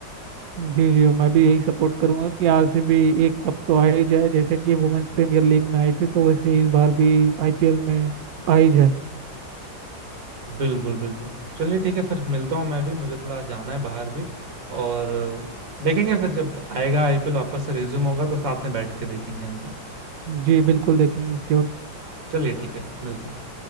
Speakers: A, on the right (about 60°); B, on the right (about 80°).
A: जी जी मैं भी यही सपोर्ट करूंगा कि आरसीबी एक कप तो आ ही जाए जैसे कि वुमेन्स प्रीमियर लीग में आई थी तो वैसे ही इस बार भी आईपीएल में आ ही जाए
B: बिल्कुल बिल्कुल चलिए ठीक है फिर मिलता हूँ मैं भी मुझे थोड़ा जाना है बाहर भी और देखेंगे फिर जब आएगा आईपीएल वापस से रेज्यूम होगा तो साथ में बैठ के देखेंगे हम सब
A: जी बिल्कुल देखेंगे श्योर
B: चलिए ठीक है फिर मिलते हैं